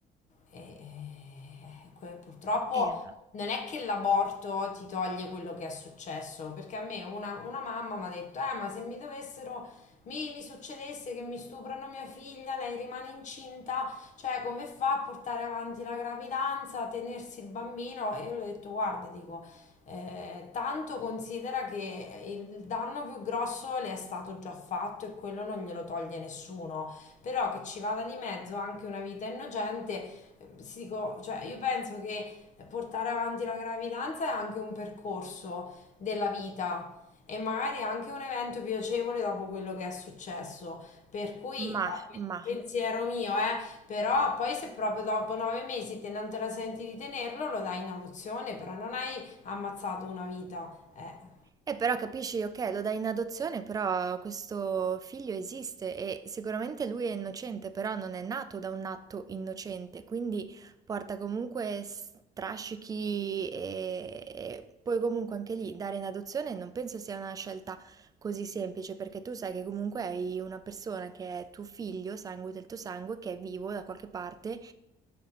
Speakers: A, on the left; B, on the right.
A: e eh, que- purtroppo
B: Eh,
A: non è che l'aborto ti toglie quello che è successo, perché a me una, una mamma mi ha detto, eh, ma se mi dovessero mi, mi succedesse che mi stuprano mia figlia, lei rimane incinta, cioè come fa a portare avanti la gravidanza, a tenersi il bambino? E io le ho detto, guarda, dico, eh, tanto considera che il danno più grosso le è stato già fatto e quello non glielo toglie nessuno, però che ci vada di mezzo anche una vita innocente, eh, si dico, cioè, io penso che portare avanti la gravidanza è anche un percorso della vita, e magari anche un evento piacevole dopo quello che è successo. Per cui,
B: Mah,
A: ma,
B: mah.
A: pensiero mio, eh, però poi se proprio dopo nove mesi te non te la senti di tenerlo, lo dai in adozione, però non hai ammazzato una vita. Eh,
B: Eh, però capisci, ok, lo dai in adozione, però questo figlio esiste e sicuramente lui è innocente, però non è nato da un atto innocente, quindi porta comunque s- strascichi e, e poi comunque anche lì dare in adozione non penso sia una scelta così semplice, perché tu sai che comunque hai una persona che è tuo figlio, sangue del tuo sangue, che è vivo da qualche parte